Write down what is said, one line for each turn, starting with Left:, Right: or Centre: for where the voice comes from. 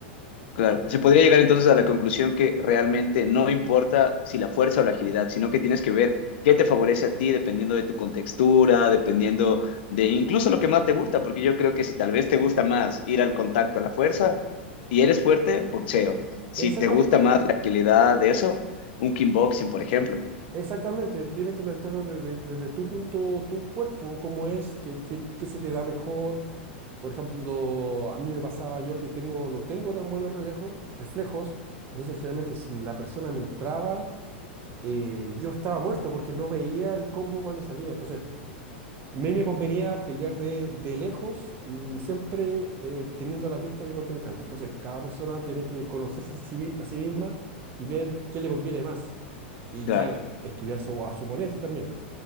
Left: claro, se podría llegar entonces a la conclusión que realmente no importa si la fuerza o la agilidad, sino que tienes que ver qué te favorece a ti dependiendo de tu contextura, dependiendo de incluso lo que más te gusta, porque yo creo que si tal vez te gusta más ir al contacto a la fuerza y eres fuerte, boxeo. Si
Right: Exacta-
Left: te gusta más la agilidad de eso, un
Right: e-
Left: kickboxing, por ejemplo.
Right: exactamente, tienes que plantearlo desde, desde tu punto, tu cuerpo, cómo es, qué, qué- qué se te da mejor, Por ejemplo, a mí me pasaba yo que tengo, no tengo tan buenos relejo- reflejos, entonces generalmente si la persona me entraba, eh, yo estaba muerto porque no veía el combo cuando salía. Entonces, a mí me convenía pelear de, de lejos y siempre eh, teniendo a la vista a mi contrincante. Entonces, cada persona tiene que conocerse a sí, sí mi- a sí misma y ver qué le conviene más. Y
Left: Claro.
Right: claro, est- estudiar su- a su oponente también.